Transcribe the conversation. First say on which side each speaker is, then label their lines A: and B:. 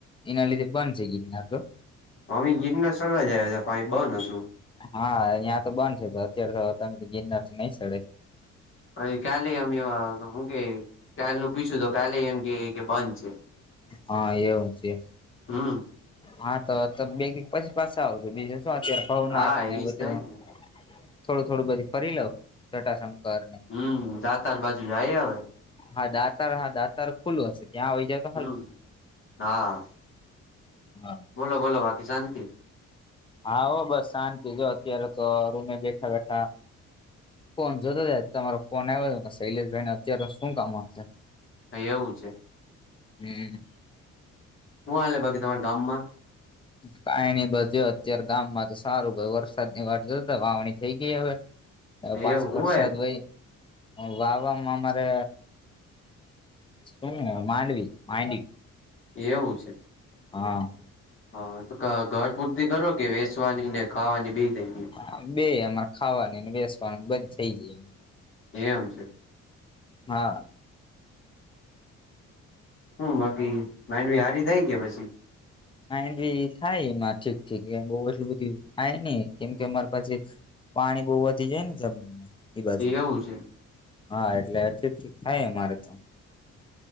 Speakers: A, on the left; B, on the left.
A: એના લીધે બંધ છે ગીિનાર તો
B: અવે ગીરના સડવા જયા હતા પા બંધ હતું
A: હા અહં તો બંધ છે તો અત્યારે તો તમે તો ગિરનાર નઈ સડે
B: અ ક્યા લઈ વા કે કાલનું પીછું તો કાલે એમ કે કે બંધ છે.
A: હા એ હઉ છે
B: હમ
A: હા તો બે ક પછી પાછ આવજો બીજ શું અત્યારે ફવનાથ
B: હા
A: ને
B: એજ
A: બધી
B: થાય ને
A: થોડું થોડું બધી ફરી લવ જટાશંકર ને
B: હમ રાતાર બાજુ જાય હવે
A: હા દાતર હા દાતર ખુલ્ું હશે ત્યાં આવીઈ જ
B: હમ હા
A: હા
B: બોલો બોલો બાકી શાંત
A: હા હો બસ શાંતિ જો અત્યારે તો રૂમે બેઠા બેઠા ફોન જોતો જાય તમારો ફોન આવ્યો હતોને શૈલેષભાઈ ને અત્યારે શું કામશે
B: હ એવું છે
A: હમ
B: શું હલે બાકી તમારા ગામમાં
A: કઈ નની બસ જો અત્યારે ગામમાં તો સારું વરસાદની વાર જોતા વાવણી થઈ ગઈ હવે
B: <inaudible>
A: હ પાછ
B: એવું હું
A: વરસાદ ભાઈ હ વાવામાં અમારે શું માંડવી માંડવી
B: એવું છે
A: હા
B: હા તો ઘર પૂરતી કરો કે વેચવાની ને ખાવાની બે જઈએ
A: હ બે અમારે ખાવાની ને બેસવાનું બધી થઈ જાય એમાં
B: એમ છે
A: હા
B: હ બાકી માઇન્ડ બ હારી થઈ ગયા પછી
A: માડ બી થાયમાં ઠીક ઠીક બ એટલું બધું થાય નઈ કેમ કે અમારે પાસેી પાણી બહુ વધી જાય ને જમીન માં એઈ બાજુ
B: એવું છે
A: હા એટલે ઠીક ઠીક થાય અમારે તો